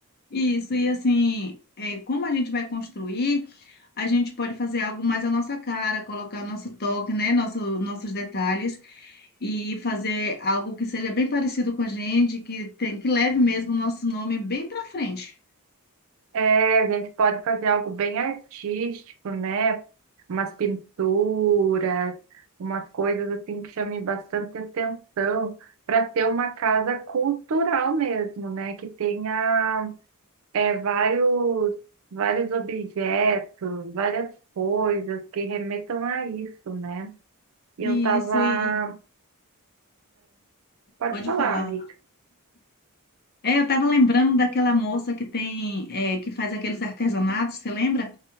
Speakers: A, on the left (about 45°); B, on the right (about 65°).
A: Isso, e assim, é, como a gente vai construir, a gente pode fazer algo mais à nossa cara, colocar nosso toque, né? Nosso, nossos detalhes e fazer algo que seja bem parecido com a gente, que tem, que leve mesmo o nosso nome bem para frente.
B: É, a gente pode fazer algo bem artístico, né? Umas pinturas, umas coisas assim que chamem bastante atenção, para ser uma casa cultural mesmo, né? Que tenha é, vários, vários objetos, várias coisas que remetam a isso, né? E
A: E
B: eu tava.
A: Isso, e
B: Pode
A: pode
B: falar,
A: falar.
B: amiga.
A: É, eu estava lembrando daquela moça que tem, é, que faz aqueles artesanatos, você lembra?